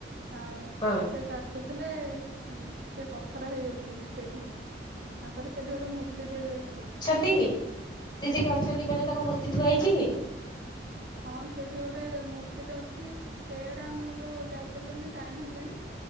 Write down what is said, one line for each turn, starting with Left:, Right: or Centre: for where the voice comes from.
Right: ଆଉ
Left: ହଁ।
Right: ସେ କାଟୁଥିଲେ ଉଁ, ସେ ପଥର ହେଇଯାଇଚନ୍ତି ସେଇଠି ନା। ତାଙ୍କର ସେଇଠି ଗୋଟେ ମୂର୍ତ୍ତି ଟେ ବି ଅଛି।
Left: ଟି ସିଏ ସେଠି ଅଛନ୍ତି ମାନେ ତାଙ୍କ ମୂର୍ତ୍ତି ଥୁଆ ହେଇଛି।
Right: ହଁ ସେଇଠି ଗୋଟେ ମୂର୍ତ୍ତିଟେ ଅଛି। ସେଇଆଡେ ଆମେ କିନ୍ତୁ ଯାଇପାରିଲୁନି ଟାଇମ ହେଲାନି।